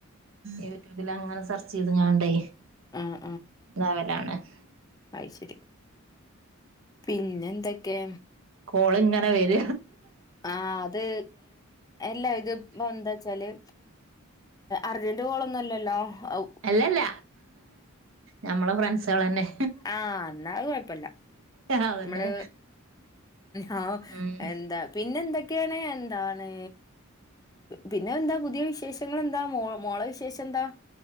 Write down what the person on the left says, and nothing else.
ആഹ്
അഹ് ശരി പിന്നെ എന്തൊക്കെ
ആ അത് എല്ലാ ഇത് ഇപ്പ എന്താ ച്ചല് അർജന്റ് കോളൊന്നുംല്ലല്ലോ അവ്
ആഹ് എന്ന അത് കുഴപ്പില്ല
നമ്മള് ആ
എന്താ പിന്നെന്ത കെന് എന്താണ് പിന്നെ എന്താ പുതിയ വിശേഷങ്ങൾ എന്താ മോ മോള വിശേഷം എന്താ